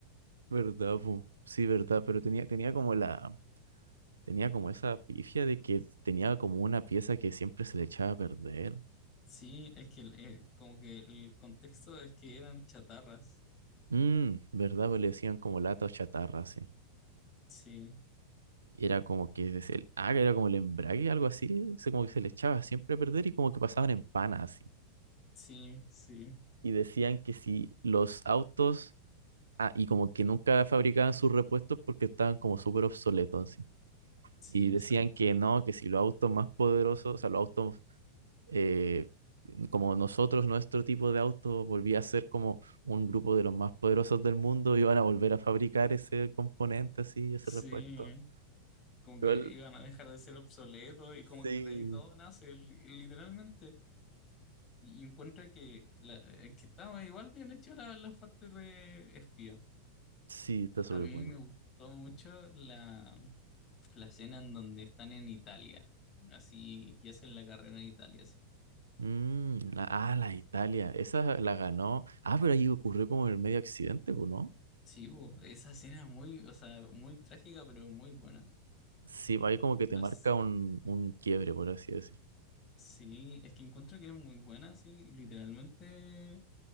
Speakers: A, on the right; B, on the left.
A: ¿Verdad, po? Sí, verdad, pero tenía, tenía como la, Tenía como esa pifia de que tenía como una pieza que siempre se le echaba a perder.
B: Sí, es que el- eh, como que el contexto es que eran chatarras.
A: Mmm, ¿verdad? Pues le decían como lata o chatarra, así.
B: Sí,
A: Y era como que es el, ah, era como el embrague, algo así. se- como que se le echaba siempre a perder y como que pasaban en pana, así.
B: sí, sí,
A: Y decían que si los autos, ah, y como que nunca fabricaban sus repuestos porque estaban como súper obsoletos, así.
B: sí,
A: Y decían
B: exacto.
A: que no, que si los autos más poderosos, o sea, los autos eh, como nosotros, nuestro tipo de auto volvía a ser como un grupo de los más poderosos del mundo, <laughs> iban a volver a fabricar ese componente así, ese
B: Sí,
A: repuesto.
B: como
A: Igual,
B: que iban a dejar de ser obsoletos y como
A: sí.
B: que de ahí todo nace, li- literalmente. Y encuentra que, la, eh, que estaba igual bien hecho la, la parte de espía.
A: Sí, está súper
B: A mí
A: bueno.
B: me gustó mucho la, la escena en donde están en Italia, así, y hacen la carrera en Italia, así.
A: Mm, la- ah, la Italia, esa la ganó. Ah, pero ahí ocurrió como el medio accidente, pues ¿no?
B: Sí, bo, esa escena es muy, o sea, muy trágica, pero muy buena.
A: Sí, ahí como que te
B: As-
A: marca un, un quiebre, por así decir.
B: sí, es que encuentro que es muy buena, sí, literalmente